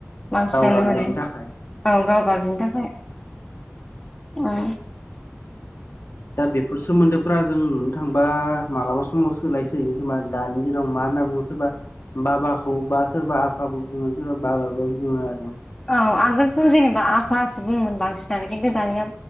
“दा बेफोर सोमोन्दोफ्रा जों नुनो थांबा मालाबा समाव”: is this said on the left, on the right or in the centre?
Left